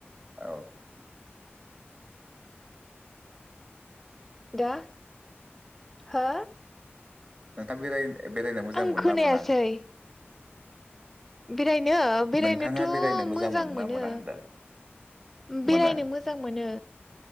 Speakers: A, on the right; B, in the centre.
A: औ
B: दा हो
A: नोंथां बेराय बेरायनो मोजां
B: आं
A: मोनो
B: खोनायासै?
A: ना मोना
B: बिराय बेनो बेरायनोथ
A: नोंथाङा बेरायनो
B: मोजां मोनो
A: ना मोना होनदों
B: बेरायनो
A: मोनो
B: मोजां मोनो।